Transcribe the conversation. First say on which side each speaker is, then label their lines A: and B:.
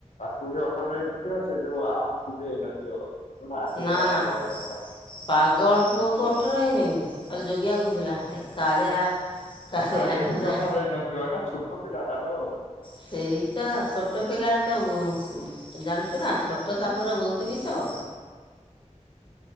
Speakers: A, on the left; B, on the left.
A: ଆକୁ ବି ଅଠର ହେଇନଥିବ ସେ ଯୋଉ ଆକୁ ବି ହେଇନଥିବ ଆକୁ
B: ନା
A: ଗୋଟେ
B: ନା
A: ହବନି ଅଥ
B: ପାଗଳ ପୁଅକୁ ଅଠର ହେଇନି କାଲି ଯୋଗିଆ କହୁଥିଲା ଏ କାଳିଆ କାଳିଆର
A: କାଳିଆକୁ
B: ସୁଦ୍ଧା
A: ବି ଅଠର ହେଇନଥିବ ଏଟା ଛୋଟ ପିଲାଟା ଲୋ।
B: ସେଇତ ଛୋଟ ପିଲାର ତ ବ ଜାଣିଛୁ ନା ଛୋଟ ସାପର ବହୁତୁ ବିଷ।